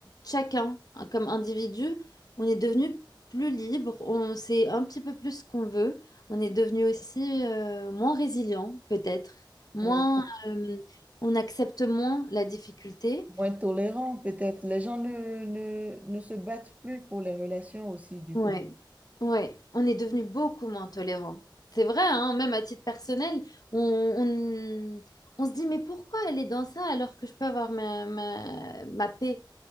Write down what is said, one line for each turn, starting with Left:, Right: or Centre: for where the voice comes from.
Left: Chacun, hein, comme individu, on est devenu plus libre, on sait un petit peu plus ce qu'on veut, on est devenu aussi euh, moins résilient, peut-être, moins,
Right: Ouais.
Left: euh, on accepte moins la difficulté.
Right: moins tolérant peut-être. Les gens ne, ne, ne se battent plus pour les relations aussi, du
Left: Ouais,
Right: coup.
Left: ouais, on est devenu beaucoup moins tolérant. C'est vrai, hein, même à titre personnel, on, on, on se dit, mais pourquoi elle est dans ça alors que je peux avoir ma, ma, ma paix,